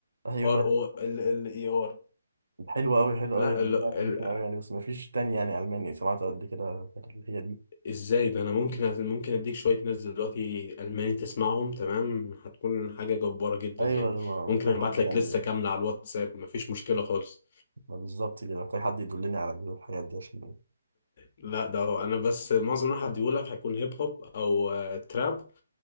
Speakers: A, on the right; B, on the left.
A: ايوه
B: ار او ال ال اي ار
A: حلوه قوي حلوه
B: لا
A: قوي يعني
B: ال
A: ده
B: ال
A: عجبتني قوي يعني بس مفيش تاني يعني الماني سمعته قد كده غير اللي هي دي
B: ازاي ده انا ممكن أز- ممكن اديك شويه ناس دلوقتي الماني تسمعهم تمام هتكون حاجه جباره جدا
A: ايوه
B: يعني
A: أنا
B: ممكن
A: محتاج
B: ابعت
A: حد
B: لك
A: يعني
B: لسه كامله على الواتساب مفيش مشكله خالص
A: ما بالظبط كده محتاج حد يدلني على الحاجات دي عشان
B: لا ده هو انا بس معظم اللي هديهولك هيكون هيب هوب او آه، تراب